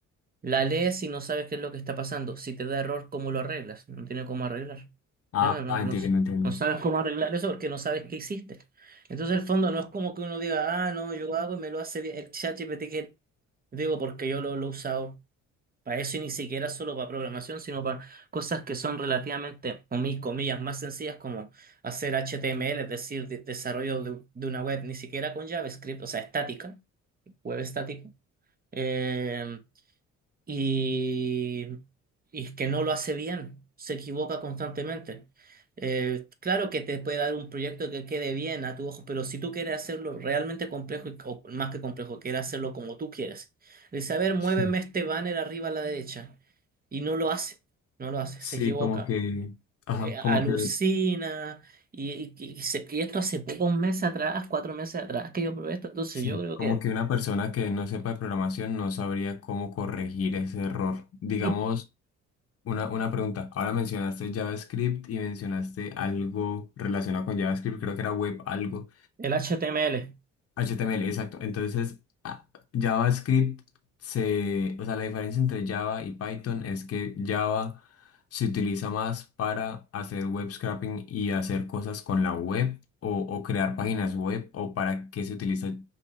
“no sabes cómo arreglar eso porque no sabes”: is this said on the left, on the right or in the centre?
Right